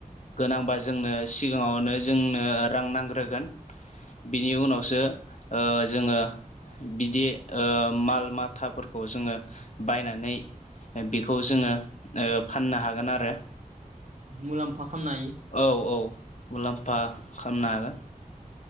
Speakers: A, on the left (about 55°); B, on the right (about 55°).
A: गोनांबा जोंनो सिगाङावनो जोंनो रां नांग्रोगोन। बिनि उनावसो ओ जोङो बिदि ओ माल माथाफोरखौ खौ जोङो बायनानै बेखौ जोङो फाननो हागोन आरो।
B: मुलाम्फा खालामनो हायो।
A: औ औ मुलाम्फा खालामनो हागोन नों